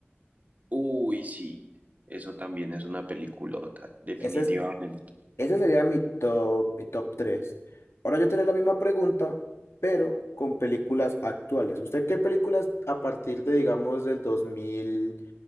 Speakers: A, on the right; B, on the left.
A: Uy, sí, eso también es una peliculota, definitivamente.
B: Ese es, ese sería mi top, mi top tres Ahora yo te haré la misma pregunta, pero con películas actuales. ¿Usted qué películas a partir de, digamos, del 2000?